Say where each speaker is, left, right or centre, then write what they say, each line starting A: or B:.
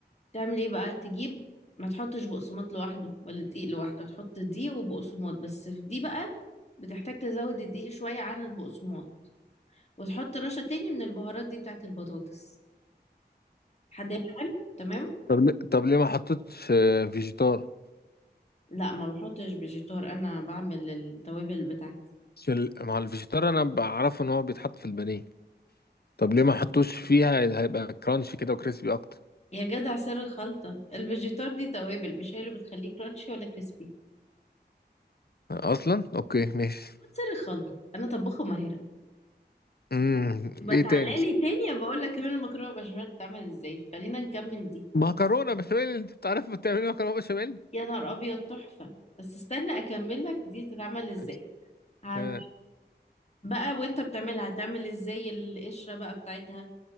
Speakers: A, on the left (about 40°); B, on the left (about 60°).
A: تعمل ايه بقى تجيب ما تحطش بقسماط لوحده ولا دقيق لوحده تحط دي وبقسماط بس في دي بقى بتحتاج تزود الدقيق شوية عن البقسماط وتحط رشة تاني من البهارات دي بتاعت البطاطس حد هنا حلو تمام
B: طب ليه- طب ليه ما حطيتش آه، فيجيتار
A: لا ما بحطش فيجيتار انا بعمل التوابل بتاعتي
B: عشان ال- مع الفيجيتار انا بعرفه ان هو بيتحط في البانيه طب ليه ما حطوش فيها هيبقى كرانشي كده وكريسبي اكتر
A: يا جدع سر الخلطة الفيجيتار دي توابل مش هي اللي بتخليه كرانشي ولا كريسبي
B: اصلا اوكي ماشي
A: خد سر الخلطة انا طباخة ماهرة
B: امم
A: يبقى
B: ايه
A: تعالى
B: تاني
A: لي تاني بقول لك كمان المكرونة بشاميل بتتعمل ازاي خلينا نكمل دي
B: مكرونه بشاميل انت بتعرف بتعملي مكرونه بشاميل
A: يا نهار ابيض تحفه بس استنى اكمل لك دي تتعمل ازاي
B: <laughs>
A: هت...
B: آه.
A: بقى وانت بتعملها هتعمل ازاي القشره بقى بتاعتها